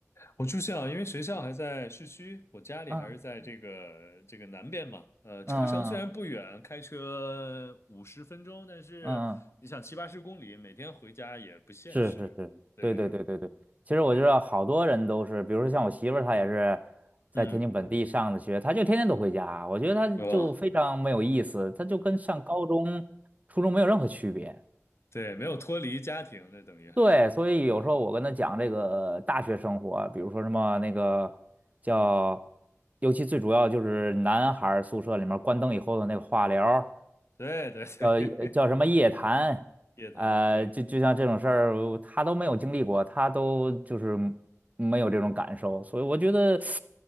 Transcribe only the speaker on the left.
我住校，因为学校还在市区，我家里还是在这个这个南边嘛。
呃，车程虽然不远，
开车五十分钟，但是你想七八十公里，
每天回家也不现实。
对
对，
嗯，
哇，
对，没有脱离家庭，那等于还是，
嗯，
对对对，
<laughs> 夜谈，
对，